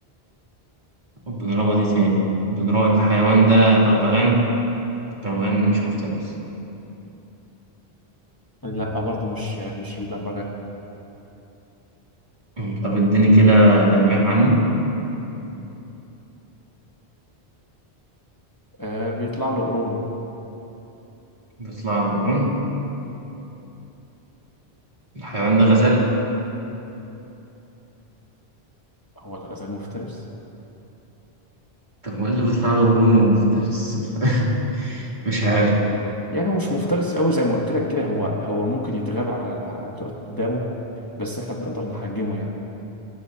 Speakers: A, on the right; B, on the left.
A: وبنروض إيه تاني؟ بنروض الحيوان ده بغبغان البغبغان مش مفترس
B: لا برضه مش مش الببغاء
A: أمم، طب اديني كده تلميح عنه
B: آه بيطلع له قرون
A: بيطلع له قرون الحيوان ده غزال
B: هو الغزال مفترس
A: طب هو ايه اللي بيطلع له قرون ومفترس <laughs> مش عارف
B: يعني هو مش مفترس قوي زي ما قلت لك كده هو هو ممكن يتغاب على اللي على اللي قدامه بس احنا بنقدر نحجمه يعني